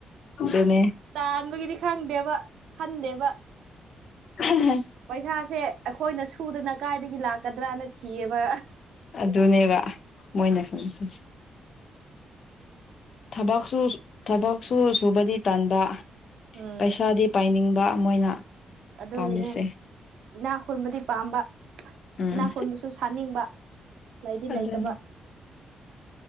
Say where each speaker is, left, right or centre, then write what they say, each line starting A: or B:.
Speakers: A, on the left; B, on the right.
A: ꯑꯗꯨꯅꯦ
B: ꯇꯥꯟꯕꯒꯤꯗꯤ ꯈꯪꯗꯦꯕ ꯈꯟꯗꯦꯕ
A: <unintelligible>
B: ꯄꯩꯁꯥꯁꯦ ꯑꯩꯈꯣꯏꯅ ꯁꯨꯗꯅ ꯀꯥꯏꯗꯒꯤ ꯂꯥꯛꯀꯗ꯭ꯔꯅ ꯊꯤꯌꯦꯕ
A: ꯑꯗꯨꯅꯦꯕ ꯃꯣꯏꯅ ꯈꯪꯁꯦ ꯊꯕꯛꯁꯨ ꯊꯕꯛꯁꯨ ꯁꯨꯕꯗꯤ ꯇꯟꯕꯥꯥ
B: ꯎꯝ
A: ꯄꯩꯁꯥꯗꯤ ꯄꯥꯏꯅꯤꯡꯕ ꯃꯣꯏꯅ
B: ꯑꯗꯨꯒꯤꯅꯦ
A: ꯄꯥꯝꯃꯤꯁꯦ
B: ꯏꯅꯥ ꯈꯣꯟꯕꯗꯤ ꯄꯥꯝꯕ
A: ꯎꯝ
B: ꯏꯅꯥ ꯈꯣꯟꯕꯁꯨ ꯁꯨ ꯁꯥꯅꯤꯡꯕ ꯂꯩꯗꯤ
A: ꯑꯗꯨꯅꯤ
B: ꯂꯩꯇꯥꯕ